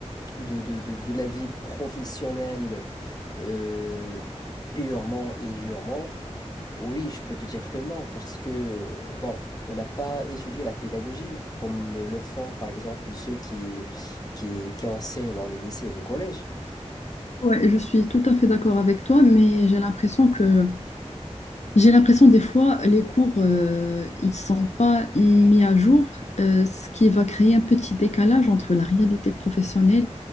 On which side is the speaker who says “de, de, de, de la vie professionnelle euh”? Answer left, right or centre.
Left